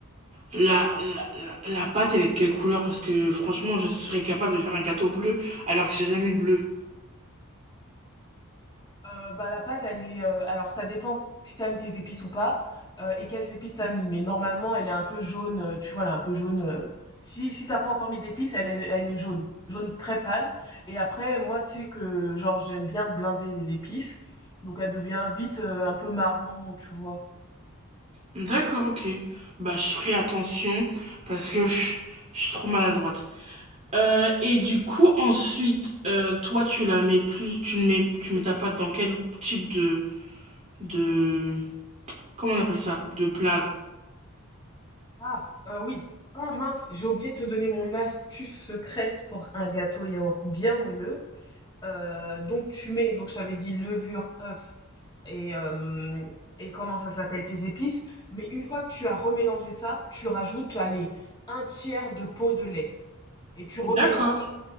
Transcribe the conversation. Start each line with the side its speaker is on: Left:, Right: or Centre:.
Right: la, la, la, la pâte, elle est de quelle couleur Parce que franchement, je serais capable de faire un gâteau bleu alors que j'ai rien mis le bleu.
Left: Euh, bah la pâte elle est euh, alors ça dépend si t'as mis tes épices ou pas euh, et quelles épices t'as mis mais normalement elle est un peu jaune euh, tu vois elle est un peu jaune euh, si si t'as pas encore mis d'épices elle est elle est jaune jaune très pâle et après moi tu sais que genre j'aime bien blinder les épices donc elle devient vite euh, un peu marron tu vois
Right: D'accord, ok. Bah, je ferai attention parce que pff, je suis trop maladroite. Euh, et du coup, ensuite, euh, toi, tu la mets plus, tu le mets, tu mets ta pâte dans quel type de, de, comment on appelle ça, de plat là?
Left: ah euh, oui ah mince j'ai oublié de te donner mon astuce secrète pour un gâteau yaourt bien moelleux Euh, donc tu mets donc j'avais dit levure œuf et, euh, et comment ça s'appelle, tes épices. Mais une fois que tu as remélangé ça, tu rajoutes, allez, un tiers de pot de lait et tu remélanges.
Right: D'accord,